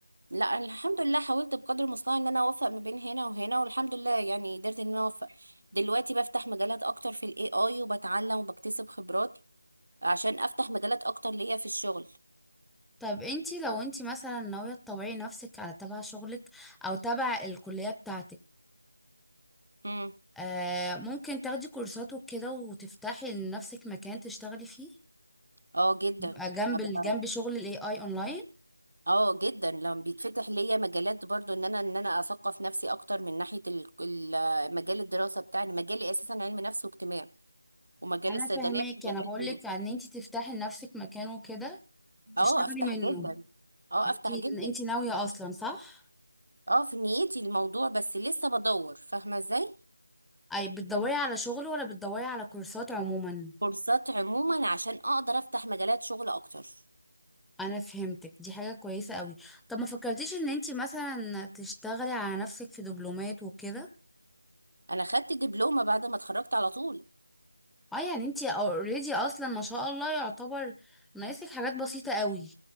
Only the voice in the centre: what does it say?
طب انتي لو انتي مثلا ناوية تطوعي نفسك على تبع شغلك او تبع الكلية بتاعتك
آه ممكن تاخدي كورسات وكده وتفتحي لنفسك مكان تشتغلي فيه
يبقى جنب
ال- جنب شغل الاي اي اونلاين
انا
فاهماكي
انا بقولك
ان انتي تفتحي لنفسك مكان وكده تشتغلي
منه
انتي
انتي ناوية اصلا صح
اي بتدوري على شغل ولا بتدوري على كورسات عموما
انا فهمتك دي حاجة كويسة قوي طب ما فكرتيش ان انتي مثلا تشتغلي على نفسك في دبلومات وكده
اه يعني انتي اوريدي اصلا ما شاء الله يعتبر ناقصك حاجات بسيطة قوي